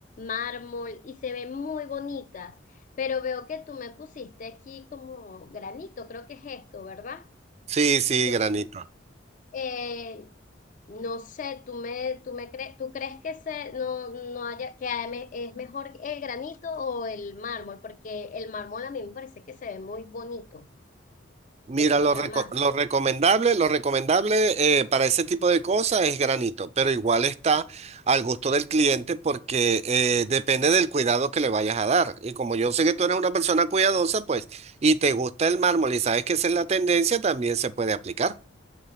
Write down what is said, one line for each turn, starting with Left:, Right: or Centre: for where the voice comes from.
Left: mármol y se ven muy bonitas, pero veo que tú me pusiste aquí como granito, creo que es esto, ¿verdad?
Right: Sí, sí,
Left: Entonces
Right: granito.
Left: eh, no sé, tú me, tú me crees, tú crees que se, no, no haya, que haya me- es mejor el granito o el mármol, porque el mármol a mí me parece que se ve muy bonito,
Right: Mira,
Left: me gusta
Right: lo, reco-
Left: más.
Right: lo recomendable, lo recomendable eh, para ese tipo de cosas es granito, pero igual está al gusto del cliente porque eh, depende del cuidado que le vayas a dar. Y como yo sé que tú eres una persona cuidadosa, pues, y te gusta el mármol y sabes que esa es la tendencia, también se puede aplicar.